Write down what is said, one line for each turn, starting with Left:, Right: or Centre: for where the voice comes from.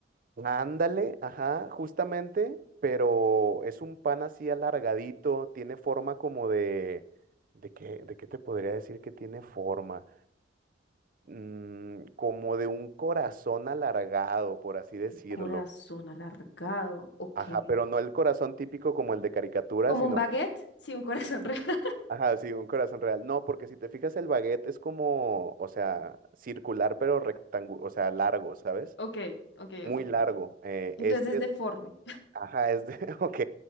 Right: ándale, ajá, justamente, pero es un pan así alargadito, tiene forma como de, ¿de qué, de qué te podría decir que tiene forma? mm, como de un corazón alargado, por así decirlo.
Left: Corazón alargado, ok.
Right: Ajá, pero no el corazón típico como el de caricatura,
Left: ¿Como
Right: sino
Left: un baguette?
Right: como,
Left: Sí, un corazón real. <laughs>
Right: ajá, sí, un corazón real. No, porque si te fijas el baguette es como, o sea, circular pero rectangular, o sea, largo, ¿sabes?
Left: Ok, ok,
Right: Muy
Left: ok.
Right: largo. Eh,
Left: Entonces
Right: este
Left: es deforme.
Right: es Ajá, es de... <laughs> Ok.